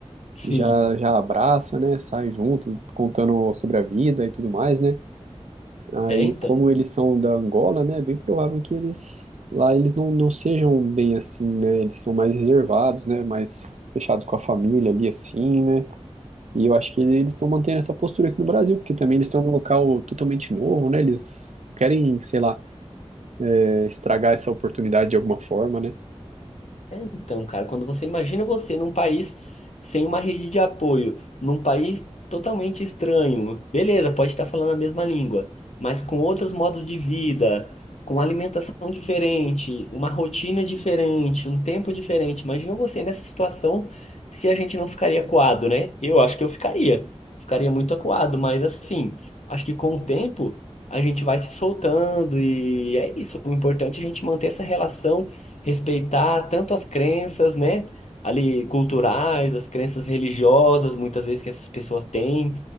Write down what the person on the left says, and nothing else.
Sim.
É, então.
Então, cara, quando você imagina você num país sem uma rede de apoio, num país totalmente estranho, beleza, pode estar falando a mesma língua, mas com outros modos de vida, com alimentação diferente, uma rotina diferente, um tempo diferente. Imagina você nessa situação se a gente não ficaria acuado, né? Eu acho que eu ficaria. Ficaria muito acuado, mas assim, acho que com o tempo a gente vai se soltando e é isso. O importante é a gente manter essa relação respeitar tanto as crenças, né, ali culturais, as crenças religiosas, muitas vezes que essas pessoas têm,